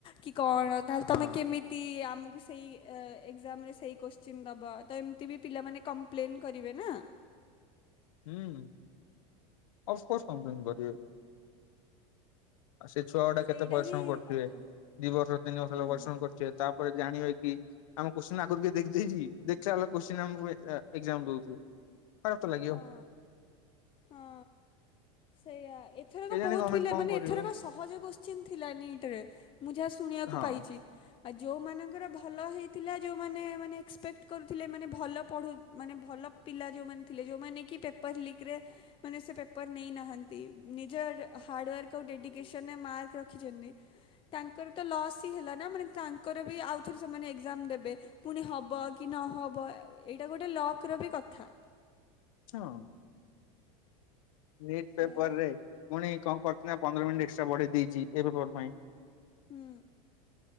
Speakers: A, on the left; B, on the left.
A: କି କଣ ତାହେଲେ
B: ହଁ
A: ତମେ କେମିତି ଟି ଆମକୁ ସେଇ ଏ ଏକ୍ଜାମରେ ସେଇ କୋଶ୍ଚିନ୍ ଦେବା ତ ଏମିତି ବି ପିଲାମାନେ କମ୍ ପ୍ଲେନ୍ କରିବେ ନା?
B: ହୁଁ। ଅଫକୋର୍ସ କମ୍ପ୍ଲେନ୍ କରିବେ। ଆଉ ସେ ଛୁଆ ଗୁଡା
A: ସେଇଟା
B: କେତେ ପରିଶ୍ରମ
A: ହିଁ
B: କରିଥିବେ
A: କଥା
B: ଦି ବର୍ଷ ତିନି ବର୍ଷ
A: ହୁଁ
B: ହେଲା ପରିଶ୍ରମ କରି ଥିବେ ତାପରେ ଜାଣିବେ କି ଆମ କୋଶ୍ଚିନ ଆଗରୁ ଦେ ଦେ ଦେଇଛି ଦେଖିଲା ଅଳକୁ କୋଶ୍ଚିନ ଆମକୁ ଏଏ ଏଜ୍ଜାମ୍ ଦଉଛି। ଖରାତ ଲାଗିିବ।
A: ହଁ ହଁ ସେଇଆ ଏ ଏଥରକ
B: କେଜାଣି
A: ବହୁତ
B: ଗଭର୍ଣମେଣ୍ଟ
A: ପିଲା
B: କଣ
A: ମାନେ
B: କରିବ
A: ଏଥରକ ସହଜ କୋଶ୍ଚିନ୍ ଥିଲା ନିଟ୍ ରେ ମୁଁ ଯାହା ଶୁଣିବାକୁ
B: ହଁ
A: ପାଇଛି। ଆଉ ଯୋଉମାନଙ୍କର ଭଲ ହେଇ ଥିଲା ଯୋଉଁମାନେ ମାନେ ଏକ୍ସପେକ୍ଟ କରୁଥିଲେ ମାନେ ଭଲ ପଢ଼ୁ ମାନେ ଭଲ ପିଲା ଯେଉଁମାନ ଥିଲେ ଯୋଉମାନେ କି ପେପର୍ ଲିକ୍ରେ ମାନେ ସେ ପେପର ନେଇନାହାଁନ୍ତି ନିଜର ହାଡୱାର୍କ ଆଉ ଡେଡିକେସନରେ ମାର୍କ ରଖିଛନ୍ତି। ତାଙ୍କର ତ ଲସ୍ ହିଁ ହେଲା ନା ମାନେ ତାଙ୍କର ବି ଆଉଥରେ ସେମାନେ ଏଗଜାମ ଦେବେ। ପୁଣି ହବ କି ନହବ ଏଇଟା ଗୋଟେ ଲକର ବି କଥା।
B: ଚ ଅଁ। ନିଟ୍
A: ସେଇଆ
B: ପେପର ରେ ପୁଣି କଣ କରଛି ନା ପନ୍ଦର ମିନିଟ୍ ଏକ୍ସଟ୍ରା ବଢେଇ ଦେଇଛି ଏ ପେପର ପାଇଁ।
A: ହୁଁ।